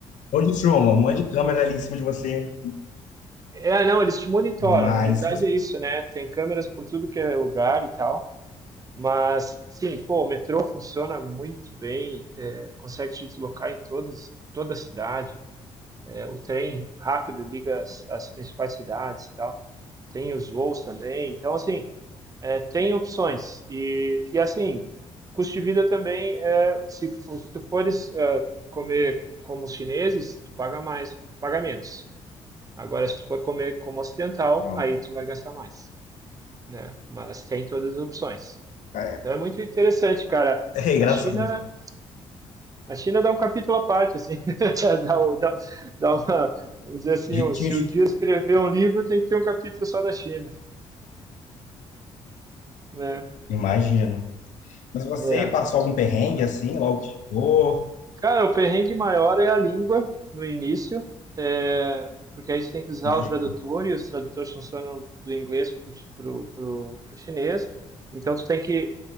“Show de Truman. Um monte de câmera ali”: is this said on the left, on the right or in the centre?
Left